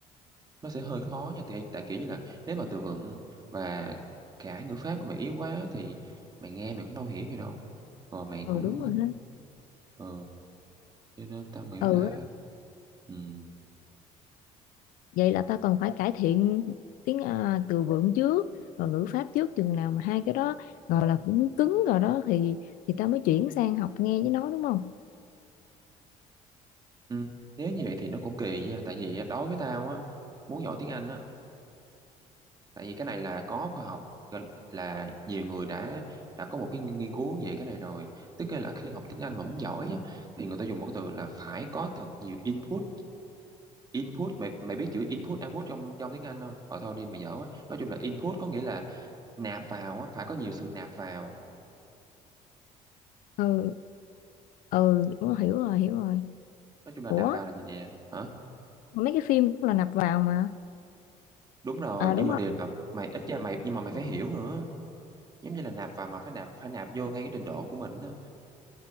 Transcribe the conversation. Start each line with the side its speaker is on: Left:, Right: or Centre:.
Right: nó sẽ hơi khó nha tại tại kiểu như là nếu mà từ vựng và cả ngữ pháp của mày yếu quá thì mày nghe mày cũng đâu hiểu gì đâu rồi mày
Left: ừ
Right: cũng
Left: đúng rồi ha
Right: ừ, cho nên tao nghĩ
Left: ừ
Right: là
Left: á,
Right: ừ,
Left: vậy là ta còn phải cải thiện tiếng à, từ vựng trước và ngữ pháp trước chừng nào mà hai cái đó gọi là cũng cứng rồi đó thì thì ta mới chuyển sang học nghe với nói đúng không
Right: ừ, nếu như vậy thì nó cũng kỳ nha tại vì á, đối với tao á muốn giỏi tiếng Anh á tại vì cái này là có khoa học gọi là nhiều người đã đã có một cái nghiên cứu về cái này rồi tức là khi học tiếng Anh mà muốn giỏi á, thì người ta dùng một cái từ là phải có thật nhiều input input mày mày biết chữ input output trong trong tiếng Anh không? Ờ thôi đi mày dở quá. Nói chung là input có nghĩa là nạp vào á, phải có nhiều sự nạp vào.
Left: ừ ừ đúng rồi, hiểu rồi hiểu rồi
Right: Nói chung là
Left: ủa
Right: nạp vào là gì nè? Hả?
Left: mấy cái phim cũng là nạp vào mà
Right: Đúng rồi,
Left: à
Right: nhưng
Left: đúng
Right: mà
Left: rồi
Right: điều là mày ít ra mày nhưng mà mày phải hiểu nữa. Giống như là nạp vào mà phải nạp phải nạp vô ngay cái trình độ của mình á.